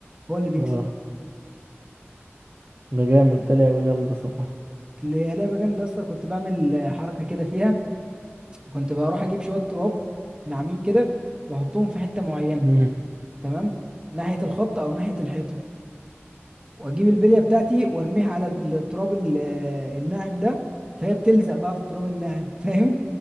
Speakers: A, on the right; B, on the right.
A: هو اللي بيكسب
B: اه ده جامد ده لعبة جامدة صراحة
A: اللي هي لعبة جامدة اصلا كنت بعمل آه، حركة كده فيها كنت بروح اجيب شوية تراب ناعمين كده واحطهم في حتة معينة
B: <laughs> مم.
A: تمام ناحية الخط او ناحية الحيطة واجيب البلية بتاعتي وارميها على التراب ال- آه، الناعم ده فهي بتلزق بقى في التراب الناعم فاهم